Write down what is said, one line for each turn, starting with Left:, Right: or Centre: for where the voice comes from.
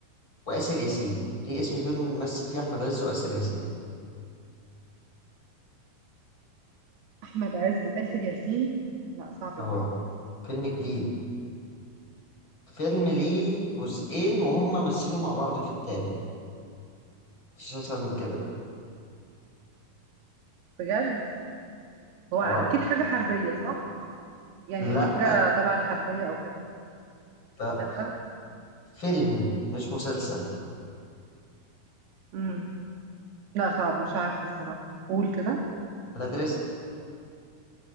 Left: واسر ياسين ليه اسم فيلم مثل فيه احمد عز واسر ياسين
Right: احمد عز وآسر ياسين لا صعب
Left: اه
Right: ده
Left: فيلم جديد فيلم ليه جزئين وهم مثلوا مع بعض في التالت مفيش اسهل من كده
Right: بجد هو
Left: اه
Right: اكيد حاجه حربيه صح يعني
Left: لا
Right: اكيد حاجه تبع الحربيه او كده
Left: لا
Right: لا
Left: فيلم مش مسلسل
Right: امم لا صعب مش عارفه الصراحه قول كده
Left: لا ده رزق